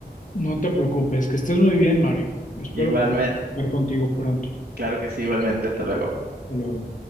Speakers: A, on the left; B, on the right.
A: No te preocupes, que estés muy bien, Mario. Espero
B: Igualmente,
A: poder ver contigo pronto.
B: claro que sí, igualmente, hasta luego.
A: Hasta luego.